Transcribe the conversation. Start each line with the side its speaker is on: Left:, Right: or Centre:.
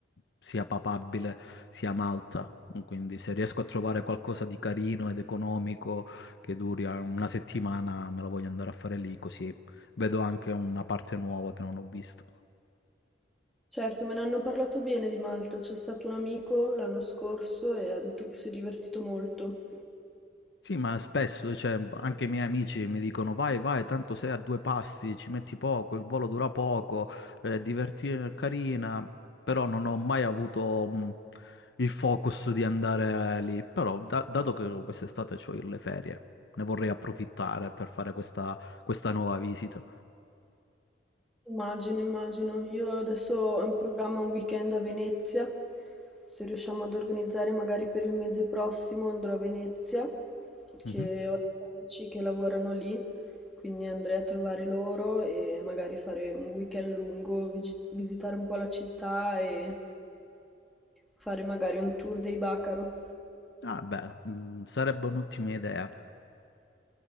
Left: sia papabile sia Malta, quindi se riesco a trovare qualcosa di carino ed economico che duri eh, una settimana me la voglio andare a fare lì, così vedo anche una parte nuova che non ho visto.
Centre: Certo, me ne hanno parlato bene di Malta. C'è stato un amico l'anno scorso e ha detto che si è divertito molto.
Left: Sì, ma spesso, cioè, anche i miei amici mi dicono vai, vai, tanto sei a due passi, ci metti poco, il volo dura poco, è carina, però non ho mai avuto mh, il focus di andare lì. Però, da- dato che quest'estate ho le ferie, ne vorrei approfittare per fare questa, questa nuova visita.
Centre: Immagino, immagino. Io adesso ho in programma un weekend a Venezia. Se riusciamo ad organizzare magari per il mese prossimo andrò a Venezia,
Left: Mhm.
Centre: che ho degli amici che lavorano lì, quindi andrei a trovare loro e magari fare un weekend lungo, vigi- visitare un po' la città e fare magari un tour dei Bacaro.
Left: Ah, beh, mh, sarebbe un'ottima idea.